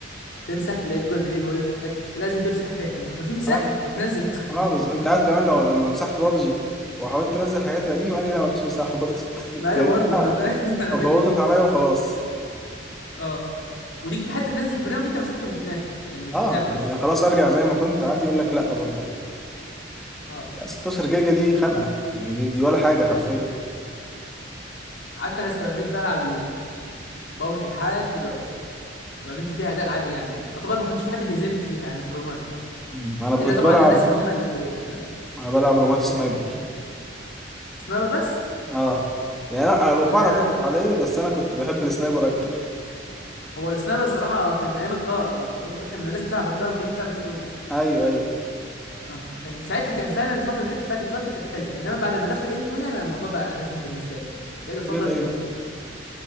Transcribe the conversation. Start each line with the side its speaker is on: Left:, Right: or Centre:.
Left: تمسح تلاقي جوجل بلاي بيقول لك لازم تمسح تاني طب ما في مساحه
Centre: اه
Left: طب ما تنزل <laughs>
Centre: اه
Left: طيب.
Centre: بز... انت عارف كمان لو لما مسحت بابجي وحاولت انزل حاجات القديمه قال لي لا مفيش مساحه برضه <laughs>
Left: ما ايوه
Centre: يعني
Left: برضه
Centre: انا
Left: ما انا فاهم <laughs> انا فاكر
Centre: بوظت
Left: دي
Centre: عليا وخلاص
Left: اه وتيجي حتى تنزل البرنامج انت مسحته مش نافع يعني مش
Centre: اه
Left: اللعبه
Centre: يعني
Left: بس
Centre: خلاص ارجع زي ما كنت عادي يقول لك لا برضه
Left: اه
Centre: لا 16 جيجا دي خنقه يعني دي دي ولا حاجه حرفيا
Left: قعدت انا استمريت بلعب بابجي لحد دلوقتي وعملت فيها اداء عالي يعني يعتبر ما كانش في حد بيهزمني فيها يعني في الرومات
Centre: مم. انا كنت
Left: الا طبعا
Centre: بلعب
Left: الناس اللي هم الجامدين
Centre: انا بلعب رومات
Left: قوي
Centre: سنايبر
Left: يعني سنايبر بس
Centre: اه يعني انا أنا بعرف
Left: انا انا
Centre: العب
Left: آه،
Centre: عاديه بس انا كنت بحب السنايبر اكتر
Left: هو السنايبر الصراحه كان ايام الكار لو انت فاكر ان الناس بتلعب بالكار ما كانتش بتلعب ام 20
Centre: ايوه ايوه
Left: اه كان ساعتها كان فعلا الفتره ديت بتاعت الكار دي كانت حلوه انما بعد ما دخل ام 20 انا الموضوع بقى رخم بالنسبه لي بقيت افضل
Centre: ليه طيب
Left: الام 4